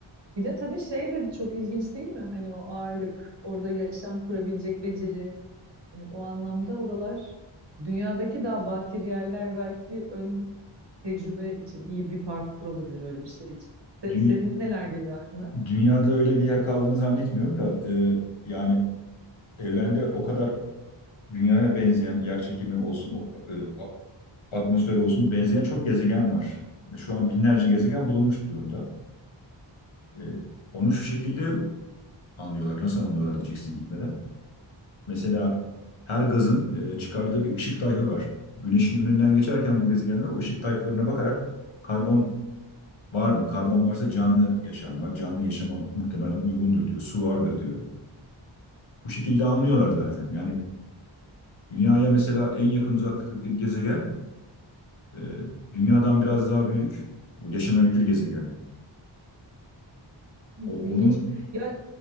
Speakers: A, on the right; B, on the left.
A: Bir de tabii şey de çok ilginç değil mi? Hani o ağırlık, orada yaşam kurabilecek beceri. Hani o anlamda oralar dünyadaki daha bakir yerler belki bir ön tecrübe için iyi bir parkur olabilir öyle bir şey için. Se-
B: Dü-
A: senin neler geliyor aklına?
B: dünyada öyle bir yer kaldığını zannetmiyorum da e, yani evrende o kadar dünyaya benzeyen yer çekimi olsun, o, e, a- atmosferi olsun benzeyen çok gezegen var. Şu an binlerce gezegen bulunmuş durumda. E, onu şu şekilde anlıyorlar. Nasıl anlıyorlar diyeceksin gitmeden. Mesela her gazın e, çıkardığı bir ışık tayfı var. Güneşin önünden geçerken bu gezegenler o ışık tayflarına bakarak karbon var mı? Karbon varsa canlı yaşam var. Canlı yaşama muhtemelen uygundur diyor. Su vardır diyor. Bu şekilde anlıyorlar zaten. Yani dünyaya mesela en yakın uzaklıktaki gezegen e, dünyadan biraz daha büyük. Bu yaşanabilir gezegen.
A: Hı,
B: O
A: İlginç.
B: onun
A: Ya